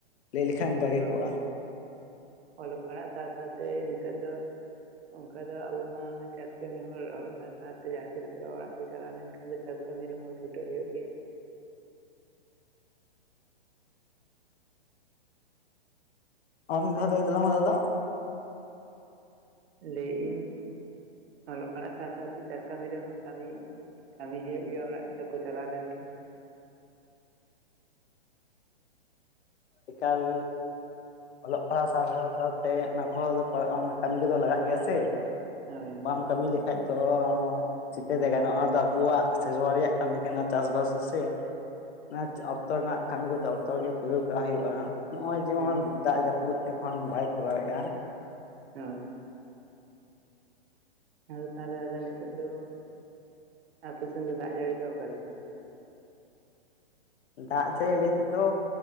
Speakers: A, on the left (about 75°); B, on the right (about 75°).
A: ᱞᱟᱹᱭ ᱞᱮᱠᱷᱟᱱ ᱵᱷᱟᱜᱮ
B: ᱚᱞᱚᱜ
A: ᱠᱚᱜᱼᱟ᱾
B: ᱚᱞᱚᱜ ᱯᱟᱲᱦᱟᱜ ᱥᱟᱶ-ᱥᱟᱣᱛᱮ ᱱᱤᱛᱚᱜ ᱫᱚ ᱚᱱᱠᱟ ᱫᱚ ᱟᱵᱚ ᱢᱟ ᱪᱟᱥ ᱠᱟᱹᱢᱤ ᱦᱚᱲ ᱚᱲᱚᱜ ᱥᱟᱶ-ᱥᱟᱣᱛᱮ ᱡᱟᱦᱟᱸ ᱛᱤᱥ ᱠᱚᱨᱮ ᱚᱲᱟᱜ ᱠᱚ ᱪᱟᱞᱟᱣ ᱞᱮᱱᱠᱷᱟᱱ ᱫᱚ ᱪᱟᱥ ᱠᱟᱹᱢᱤ ᱨᱮᱦᱚᱸ ᱪᱷᱩᱴᱟᱹᱜ ᱦᱩᱭᱩᱜ ᱜᱮᱭᱟ᱾
A: ᱟᱢ ᱢᱤᱫ ᱫᱷᱟ ᱞᱟᱹᱭ ᱛᱟᱞᱟᱝ ᱢᱮ ᱫᱟᱫᱟ ᱾
B: ᱞᱟᱹᱭᱮᱜ ᱤᱧ ᱚᱞᱚᱜ ᱯᱟᱲᱦᱟᱜ ᱥᱟᱶ ᱥᱟᱶᱛᱮ ᱪᱟᱥ ᱠᱟᱹᱢᱤ ᱨᱮᱦᱚᱸ ᱠᱟᱹᱢᱤ ᱠᱟᱹᱢᱤ ᱦᱳᱭᱳᱜ ᱜᱮᱭᱟ ᱚᱲᱟᱜ ᱛᱮᱠᱚ ᱪᱟᱞᱟᱣ ᱞᱮᱱᱠᱷᱟᱱ ᱾
A: ᱮᱠᱟᱞ ᱚᱞᱚᱜ ᱯᱟᱲᱦᱟᱣ ᱥᱟᱶ ᱥᱟᱶ ᱥᱟᱶᱛᱮ ᱚᱱᱟ ᱠᱚᱦᱚᱸ <unintelligible> ᱚᱱᱟ ᱠᱟᱹᱢᱤ ᱠᱚᱫᱚ ᱞᱟᱜᱟᱜ ᱜᱮᱭᱟ ᱥᱮ ᱾
B: ᱦᱳᱭ ᱦᱳᱭ
A: ᱵᱟᱢ ᱠᱟᱹᱢᱤ ᱞᱮᱠᱷᱟᱡ ᱛᱚ ᱪᱤᱠᱟᱹᱛᱮ ᱜᱟᱱᱚᱜ ᱚᱱᱟ ᱫᱚ ᱟᱵᱚᱣᱟᱜ ᱥᱮᱨᱣᱟ ᱨᱮᱭᱟᱜ ᱠᱟᱹᱢᱤ ᱠᱟᱱᱟ ᱪᱟᱥᱵᱟᱥ ᱥᱮ ᱚᱱᱟ
B: ᱦᱳᱭ ᱦᱳᱭ
A: ᱚᱠᱛᱚ ᱨᱮᱱᱟᱜ ᱠᱟᱹᱢᱤ ᱠᱚᱫᱚ ᱚᱠᱛᱚ ᱨᱮ ᱜᱮ ᱯᱨᱭᱳᱜᱟᱜ ᱦᱩᱭᱩᱜᱼᱟ ᱾ ᱱᱚᱜᱼᱚᱭ ᱡᱮᱢᱚᱱ
B: ᱦᱩᱸ
A: ᱫᱟᱜ ᱡᱟᱹᱯ ᱯᱩᱫ ᱮᱠᱷᱚᱱ ᱵᱟᱭ ᱠᱚᱨᱟᱣᱮᱜᱼᱟ ᱾
B: ᱦᱳᱭ ᱾ ᱟᱫᱚ ᱛᱟᱦᱚᱞᱮ ᱟᱫᱚ ᱱᱤᱛᱚᱜ ᱫᱚ ᱟᱯᱮ ᱥᱮᱱ ᱫᱚ ᱫᱟᱜ ᱡᱟᱹᱲᱤ ᱫᱚ ᱚᱠᱟ ᱞᱮᱠᱟ?
A: ᱫᱟᱜ ᱡᱟᱹᱲᱤ ᱞᱟᱹᱭ ᱛᱮᱫᱚ